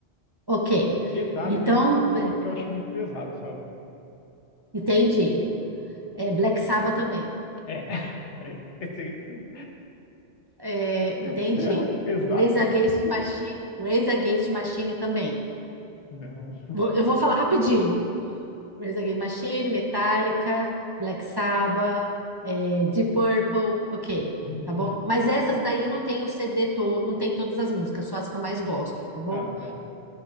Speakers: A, on the right; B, on the left.
A: ok.
B: Metallica
A: Então,
B: eu não sou muito
A: be-
B: fã porque eu acho muito pesado, sabe?
A: entendi. É, Black Sabbath também,
B: É. <laughs> É, é, sim, sim.
A: é, entendi.
B: Isso é rock pesado.
A: Rage Against the Machine, Rage Against the Machine também.
B: Não.
A: Vou- Eu vou falar rapidinho. Rage Against the Machine, Metallica, Black Sabbath, é, Deep Purple, ok,
B: <laughs>
A: tá bom? Mas essas daí não tem o CD todo, não tem todas as músicas, só as que eu mais gosto, tá bom?
B: Ah, tá.